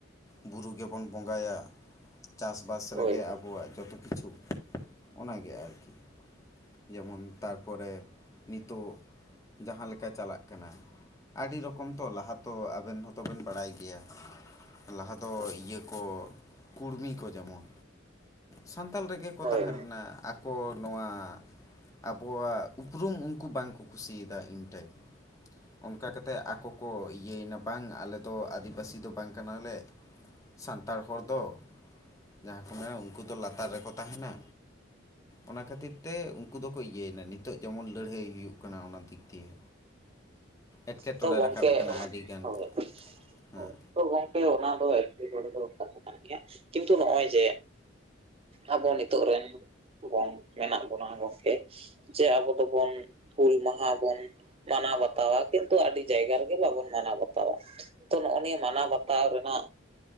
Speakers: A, on the left (about 15°); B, on the right (about 30°).
A: ᱵᱩᱨᱩ ᱜᱮᱵᱚᱱ ᱵᱚᱸᱜᱟᱭᱟ ᱪᱟᱥ ᱵᱟᱥ
B: ᱦᱳᱭ
A: ᱨᱮᱜᱮ
B: ᱦᱳᱭ
A: ᱟᱵᱚᱣᱟᱜ ᱡᱚᱛᱚ ᱠᱤᱪᱷᱩ ᱚᱱᱟ ᱜᱮ ᱟᱨᱠᱤ ᱡᱮᱢᱚᱱ ᱛᱟᱨᱯᱚᱨᱮ ᱱᱤᱛᱚᱜ ᱡᱟᱦᱟᱸ ᱞᱮᱠᱟ ᱪᱟᱞᱟᱜ ᱠᱟᱱᱟ ᱟᱹᱰᱤ ᱨᱚᱠᱚᱢ ᱛᱚ ᱞᱟᱦᱟ ᱛᱚ ᱟᱵᱮᱱ ᱦᱚᱸᱛᱚ ᱵᱮᱱ ᱵᱟᱲᱟᱭ ᱜᱮᱭᱟ ᱞᱟᱦᱟ ᱫᱚ ᱤᱭᱟᱹ ᱠᱚ ᱠᱩᱲᱢᱤ ᱠᱚ ᱡᱮᱢᱚᱱ ᱥᱟᱱᱛᱟᱞ ᱨᱮᱜᱮ ᱠᱚ
B: ᱦᱳᱭ
A: ᱛᱟᱦᱮᱸ ᱞᱮᱱᱟ ᱟᱠᱚ ᱱᱚᱣᱟ ᱟᱵᱚᱣᱟᱜ ᱩᱯᱨᱩᱢ ᱩᱱᱠᱩ ᱵᱟᱝ ᱠᱚ ᱠᱩᱥᱤ ᱭᱟᱫᱟ ᱩᱱ ᱴᱟᱭᱤᱢ ᱚᱱᱠᱟ ᱠᱟᱛᱮᱫ ᱟᱠᱚ ᱠᱚ ᱤᱭᱟᱹᱭ ᱱᱟ ᱵᱟᱝ ᱟᱞᱮ ᱫᱚ ᱟᱹᱫᱤᱵᱟᱹᱥᱤ ᱫᱚ ᱵᱟᱝ ᱠᱟᱱᱟᱞᱮ ᱥᱟᱱᱛᱟᱲ ᱦᱚᱲ ᱫᱚ ᱡᱟᱦᱟᱸ ᱠᱚ ᱢᱮᱱᱟ ᱩᱱᱠᱩ ᱫᱚ ᱞᱟᱛᱟᱨ ᱨᱮᱠᱚ ᱛᱟᱦᱮᱱᱼᱟ ᱚᱱᱟ ᱠᱷᱟᱹᱛᱤᱨ ᱛᱮ ᱩᱸ..... ᱩᱱᱠᱩ ᱫᱚᱠᱚ ᱤᱭᱟᱹᱭ ᱮᱱᱟ ᱱᱤᱛᱚᱜ ᱡᱮᱢᱚᱱ ᱞᱟᱹᱲᱦᱟᱹᱭ ᱦᱩᱭᱩᱜ ᱠᱟᱱᱟ ᱚᱱᱟ ᱫᱤᱠ ᱫᱤᱭᱮ ᱮᱸᱴᱠᱮᱴᱚᱸᱬᱮ
B: ᱛᱚ ᱜᱚᱝᱠᱮ
A: ᱨᱟᱠᱟᱵ ᱟᱠᱟᱱᱟ ᱟᱹᱰᱤᱜᱟᱱ
B: ᱦᱳᱭ
A: ᱦᱮᱸ
B: ᱛᱚ ᱜᱚᱝᱠᱮ ᱚᱱᱟ ᱫᱚ ᱮᱠᱮᱴᱚᱲᱮ ᱫᱚ ᱠᱟᱛᱷᱟ ᱠᱟᱱ ᱜᱮᱭᱟ ᱠᱤᱱᱛᱩ ᱱᱚᱜᱼᱚᱭ ᱡᱮ ᱟᱵᱚ ᱱᱤᱛᱚᱜ ᱨᱮᱱ ᱵᱚᱱ ᱢᱮᱱᱟᱜ ᱵᱚᱱᱟ ᱜᱚᱢᱠᱮ ᱡᱮ ᱟᱵᱚ ᱫᱚᱵᱚᱱ ᱦᱩᱞ ᱢᱟᱦᱟ ᱵᱚᱱ ᱢᱟᱱᱟᱣ ᱵᱟᱛᱟᱣᱼᱟ ᱠᱤᱱᱛᱩ ᱟᱹᱰᱤ ᱡᱟᱭᱜᱟ ᱨᱮᱜᱮ ᱵᱟᱵᱚᱱ ᱢᱟᱱᱟᱣ ᱵᱟᱛᱟᱣᱼᱟ᱾ ᱛᱚ ᱱᱚᱜᱼᱚ ᱱᱤᱭᱟᱹ ᱢᱟᱱᱟᱣ ᱵᱟᱛᱟᱣ ᱨᱮᱱᱟᱜ